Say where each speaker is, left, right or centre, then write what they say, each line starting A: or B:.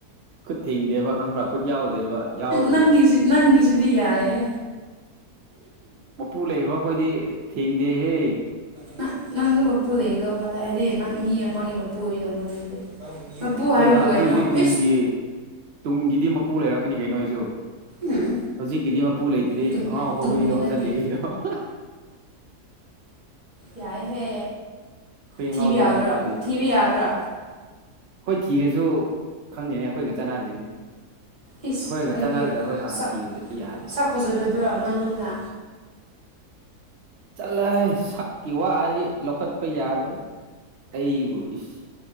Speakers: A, on the right (about 75°); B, on the right (about 25°).
A: ꯈꯨꯠ ꯊꯤꯡꯗꯦꯕ ꯈꯪꯕ꯭ꯔꯥ ꯈꯨꯠ ꯌꯥꯎꯗꯦꯕ ꯌꯥꯎꯔ
B: ꯅꯪꯁꯤ ꯅꯪꯁꯤ ꯖꯗꯤ ꯌꯥꯌꯦ
A: ꯃꯄꯨ ꯂꯩꯈ꯭ꯔꯣ ꯑꯩꯈꯣꯏꯗꯤ ꯊꯦꯡꯗꯦꯍꯦ
B: ꯅꯪ ꯅꯪꯁꯨ ꯃꯄꯨ ꯂꯩꯒꯗꯧꯃꯜ ꯂꯩ ꯍꯥꯏꯗꯤ ꯅꯪ ꯃꯤ ꯑꯃꯒꯤ ꯃꯄꯨ ꯑꯣꯏꯗꯧꯃ ꯂꯩ ꯑꯗꯨꯗꯤ ꯃꯣꯏ ꯄꯨ
A: ꯑꯩꯈꯣꯏꯗ
B: ꯍꯥꯏꯨꯕ ꯀꯩꯅꯣ
A: ꯑꯗꯨꯒꯤꯗꯤ ꯇꯨꯡꯒꯤ
B: ꯑꯦꯁ
A: ꯇꯨꯡꯒꯤꯗꯤ ꯃꯄꯨ ꯂꯩꯔꯛꯀꯅꯤ ꯀꯩꯅꯣ ꯑꯩꯁꯨ
B: ꯎꯝ
A: ꯍꯧꯖꯤꯛꯀꯤꯗꯤ ꯃꯄꯨ ꯂꯩꯇ꯭ꯔꯤ
B: ꯇꯨꯡ
A: ꯑꯉꯥꯎꯕꯥꯎ
B: ꯇꯨꯡꯒꯤ
A: ꯍꯨꯏꯗꯧ
B: ꯅꯠꯇꯦ
A: ꯆꯠꯂꯤꯈꯩꯗꯣ
B: ꯌꯥꯏꯍꯦ
A: ꯑꯩꯈꯣꯏ
B: ꯊꯤꯕ
A: ꯑꯉꯥꯎꯕꯧꯗꯧꯅ
B: ꯌꯥꯗ꯭ꯔꯣ
A: ꯆꯠꯂꯤ ꯍꯧꯖꯤꯛꯇꯤ
B: ꯊꯤꯕ ꯌꯥꯗ꯭ꯔꯥ
A: ꯑꯩꯈꯣꯏ ꯊꯤꯔꯦꯁꯨ ꯈꯪꯗꯦꯅꯦ ꯑꯩꯈꯣꯏꯒ ꯆꯅꯗꯦꯅꯦ
B: ꯏꯁ
A: ꯑꯩꯈꯣꯏꯒ
B: ꯀꯩꯒꯤ
A: ꯆꯥꯟꯅꯒꯗꯕ ꯍꯥꯟꯅ
B: ꯁꯛ
A: ꯊꯤꯕꯗꯤ ꯌꯥꯗꯦꯕ
B: ꯁꯛ ꯐꯖꯗꯕ꯭ꯔꯣ ꯅꯪꯒꯨꯝꯅ
A: ꯆꯠꯂ ꯁꯛꯀꯤ ꯋꯥꯗꯤ ꯂꯧꯈꯠꯄ ꯌꯥꯗꯕ ꯑꯩꯕꯨ ꯏꯁ